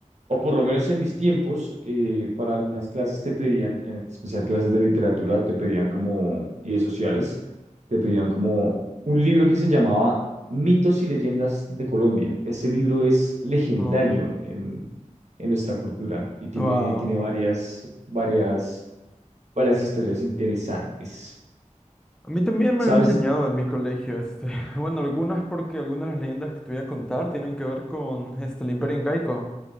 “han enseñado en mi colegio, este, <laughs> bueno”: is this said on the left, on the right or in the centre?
Centre